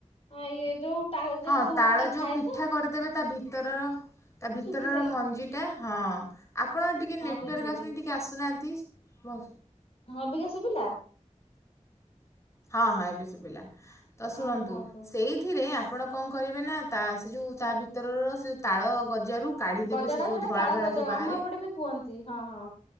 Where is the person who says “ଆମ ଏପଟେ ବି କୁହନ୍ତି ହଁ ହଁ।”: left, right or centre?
Left